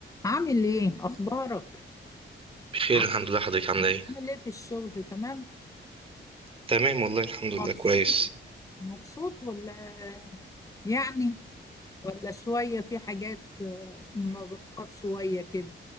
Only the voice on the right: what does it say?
بخير
الحمد لله حضرتك عامله ايه
تمام والله الحمد
لله كويس